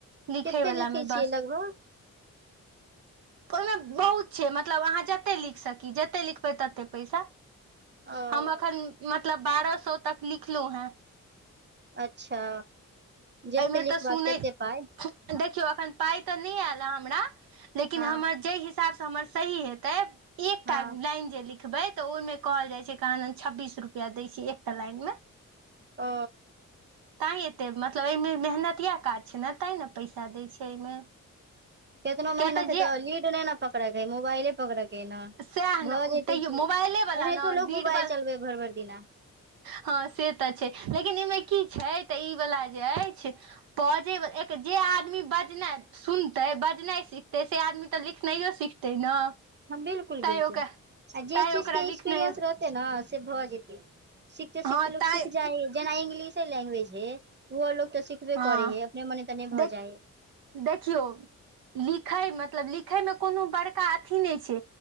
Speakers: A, on the right; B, on the right.
A: लिखे
B: कते
A: वला
B: लिखै
A: में
B: छियै
A: बस
B: लगभग
A: ओय में बहुत छै मतलब अहाँ जतेक लिख सकी जतेक लिखबै ततेक पैसा
B: ओ
A: हम एखन मतलब बारह सए तक लिखलो हेँ
B: अच्छा जते
A: एहिमे
B: लिखबाक
A: तऽ सुनै
B: तते पाइ
A: देखियौ अखन पाइ तऽ नय आयल ह हमरा लेकिन
B: हँ
A: हमर जेय हिसाब हिसाब से हमर सही हेते एकटा
B: हँ
A: लाइन जे लिखबे तऽ ओयमें कहल जाइ छै क छब्बीस रुपआ दै छ एकटा लाइन मे
B: ओ
A: तैँ एतेक मतलब ऐयमें मेहनति इएह काज छै ने तैँ ने पैसा दै छै एहिमे
B: कतनो
A: किया
B: मेहनते
A: तऽ जे
B: तो लीड नै नय पकड़े के हय मोबाइले पकड़के ने
A: सएह
B: भऽ
A: ने
B: जेते
A: तैयो
B: की एनाहितो
A: मोबाइले वाला ने
B: लोग
A: लीड
B: मोबाइल चलबे भेर भेर दिना
A: हँ से तऽ छै लेकिन एयमे की छै तऽ ई वला जे ऐछ बजैब एक जे आदमी बजनाइ सुनते बजनाइ सिखते से आदमी तऽ लिखनाइयो सिखतै ने
B: बिलकुल
A: तैं
B: बिलकुल
A: ओकरा
B: आ जे
A: तैं
B: चीज
A: ओकरा
B: के एक्सपीरियंस
A: लिखनाइ
B: रह ते न से भऽ जेतै सीखते
A: हँ
B: सीखते लोक
A: तैं
B: सीख जाइ ह जेना इंग्लिशे लैंग्वेज हय ओहो लोक तऽ सिखबे
A: हँ
B: करै हय अपने मने तऽ नय भऽ
A: देख
B: जाइ हय
A: देखियौ लिखै मतलब लिखयमे कोनो बड़का अथी नय छै